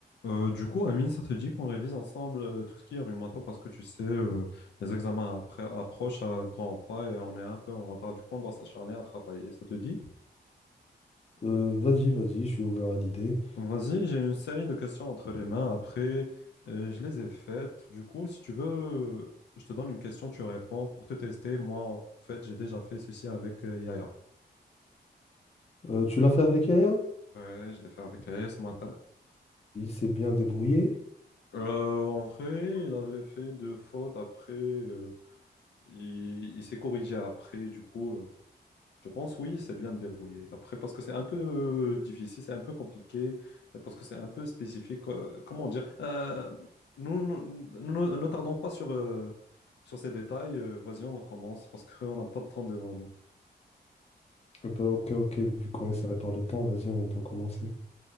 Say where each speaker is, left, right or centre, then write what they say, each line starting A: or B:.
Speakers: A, on the left; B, on the left.
A: Euh, du coup, Amine, ça te dit qu'on révise ensemble euh, tout ce qui est rhumato parce que tu sais, euh, les examens après approchent à grands pas et on est un peu en retard. Du coup, on doit s'acharner à travailler. Ça te dit?
B: Euh, vas-y, vas-y, je suis ouvert à l'idée.
A: Vas-y, j'ai une série de questions entre les mains. Après, euh, je les ai faites. Du coup, si tu veux, euh, je te donne une question, tu réponds pour te tester. Moi, en fait, j'ai déjà fait ceci avec euh, Yaya.
B: Euh, tu l'as fait avec Yaya?
A: Ouais, je l'ai fait avec Yaya ce matin.
B: Il s'est bien débrouillé.
A: Euh, en vrai, il avait fait deux fautes. Après, euh, il, il s'est corrigé après. Du coup. euh, Je pense oui, c'est bien de débrouiller. Après, parce que c'est un peu euh, difficile, c'est un peu compliqué, euh, parce que c'est un peu spécifique. euh, comment dire? Euh, nous, nous, nous ne tardons pas sur, euh, sur ces détails. euh, vas-y, on commence parce qu'on n'a pas de temps devant nous.
B: Eh ben, ok, ok, vu qu'on est serré par le temps, vas-y, on doit commencer.